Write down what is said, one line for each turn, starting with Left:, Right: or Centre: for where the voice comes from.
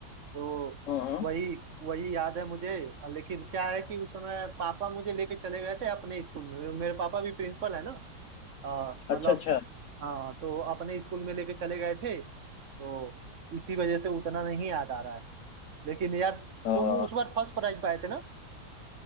Right: तो
Left: हाँ हाँ,
Right: वही वही याद है मुझे अ, लेकिन क्या है कि उस समय पापा मुझे लेके चले गए थे अपने स्कूल में मेरे पापा भी प्रिंसिपल है ना अ,
Left: अच्छा
Right: मतलब
Left: अच्छा
Right: हाँ तो अपने स्कूल में लेके चले गए थे तो इसी वजह से उतना नहीं याद आ रहा है लेकिन यार
Left: हाँ।
Right: तुम उस बार फर्स्ट प्राइज पाए थे ना